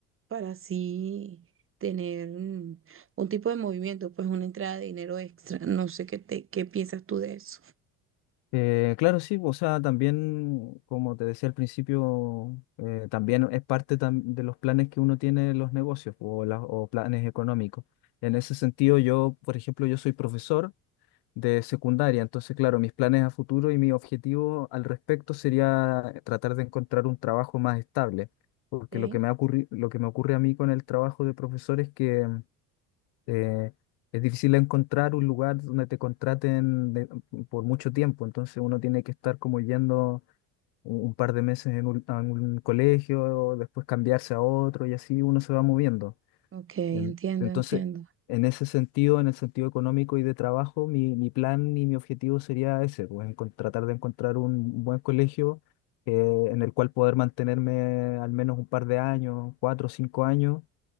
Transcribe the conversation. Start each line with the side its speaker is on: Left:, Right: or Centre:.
Right: para así tener mm, un, tipo de movimiento, pues una entrada de dinero extra. No sé qué te, qué piensas tú de eso.
Left: Eh, claro, sí, o sea, también, como te decía al principio, eh, también es parte tam- de los planes que uno tiene en los negocios o, la- o planes económicos. En ese sentido, yo, por ejemplo, yo soy profesor. de secundaria. Entonces, claro, mis planes a futuro y mi objetivo al respecto sería eh, tratar de encontrar un trabajo más estable, porque
Right: Ok.
Left: lo que me ha ocurri- lo que me ocurre a mí con el trabajo de profesor es que eh, es difícil encontrar un lugar donde te contraten de- mm, por mucho tiempo, entonces uno tiene que estar como yendo un un par de meses en un, a un colegio, después cambiarse a otro y así uno se va moviendo.
Right: Ok,
Left: En-
Right: entiendo,
Left: entonces,
Right: entiendo.
Left: en ese sentido, en el sentido económico y de trabajo, mi, mi plan y mi objetivo sería ese, pues encon- tratar de encontrar un buen colegio eh, en el cual poder mantenerme al menos un par de años, cuatro o cinco años,